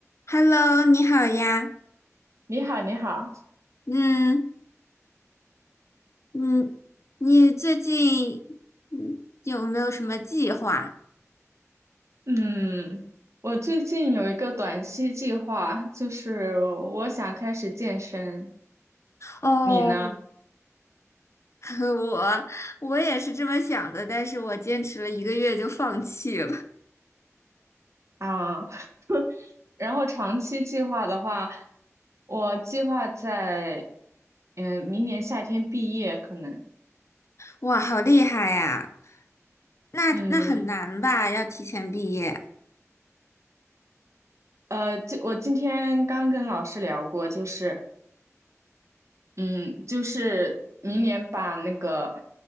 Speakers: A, on the left (about 60°); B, on the right (about 60°).
A: Hello，你好呀。
B: 你好，你好，
A: 嗯嗯，你最近嗯有没有什么计划？
B: 嗯，我最近有一个短期计划，就是我想开始健身，
A: 哦，
B: 你呢？
A: <laughs> 我我也是这么想的，但是我坚持了一个月就放弃了。
B: 啊，<laughs> 然后长期计划的话，我计划在，嗯，明年夏天毕业，可能，
A: 哇，好厉害呀！那那很难吧？
B: 嗯，
A: 要提前毕业。
B: 呃，就我今天刚跟老师聊过，就是，嗯，就是明年把那个